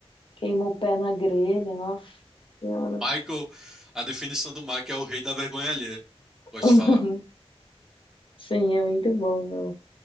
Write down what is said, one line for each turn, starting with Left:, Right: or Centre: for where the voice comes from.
Left: queima o pé na grelha, nossa senhora.
Centre: Michael, a definição do Michael é o rei da vergonha alheia. Gosto
Left: <laughs>
Centre: de falar.
Left: Sim, é muito bom, meu.